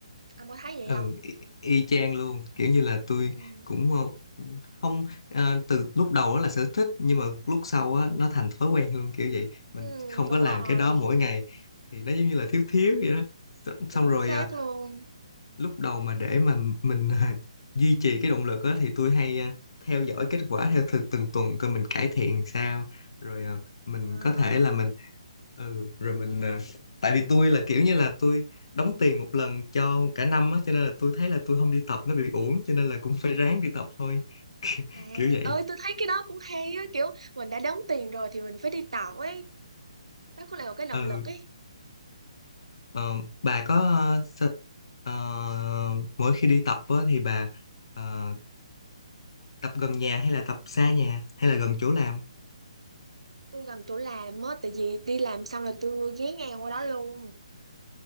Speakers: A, on the right (about 65°); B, on the left (about 50°).
A: anh có thấy vậy
B: ừ,
A: không
B: y, y chang luôn, kiểu như là tôi
A: Ừ.
B: cũng ờ, không ờ, từ lúc đầu đó là sở thích nhưng mà lúc sau á nó thành thói quen luôn kiểu vậy. Mình
A: ừ
B: không
A: đúng
B: có làm
A: rồi
B: cái đó mỗi ngày thì nó giống như là thiếu thiếu vậy đó. Xong xong
A: chính
B: rồi
A: xác
B: ờ,
A: luôn
B: lúc đầu mà để mà mình à, duy trì cái động lực á thì tôi hay à, theo dõi kết quả theo từng từng tuần coi mình cải thiện sao rồi à, mình
A: À,
B: có thể là mình ừ rồi mình à, tại vì tôi là kiểu như là tôi đóng tiền một lần cho cả năm á cho nên là tôi thấy là tôi không đi tập nó bị uổng cho nên là cũng phải ráng đi tập thôi
A: à,
B: kiểu vậy
A: ơi tôi thấy cái đó cũng hay á kiểu mình đã đóng tiền rồi thì mình phải đi tạo ấy đó cũng là một cái động
B: ừ
A: lực ấy
B: ờ, bà có ờ, sợ- ờ, mỗi khi đi tập á thì bà ờ, tập gần nhà hay là tập xa nhà hay là gần chỗ làm
A: tôi gần chỗ làm á tại vì đi làm xong là tôi ghé ngang qua đó luôn